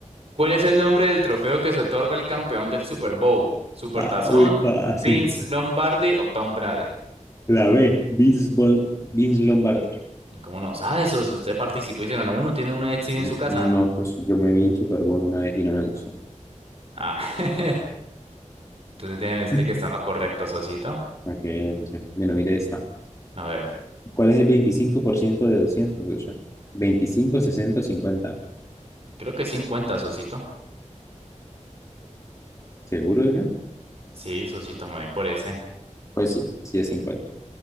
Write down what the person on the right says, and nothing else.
¿cuál es el nombre del trofeo que se otorga al campeón del Super Bowl? ¿Supertazón,
Vince Lombardi o Tom Brady?
¿Y cómo no sabe eso? Si usted participó y se ganó uno, tiene uno de Etsy en
su casa.
Ah, <laughs> entonces déjeme decirle
que está en lo correcto, Sosito.
A ver,
creo que 50, Sosito.
Sí, Sosito, me voy por ese.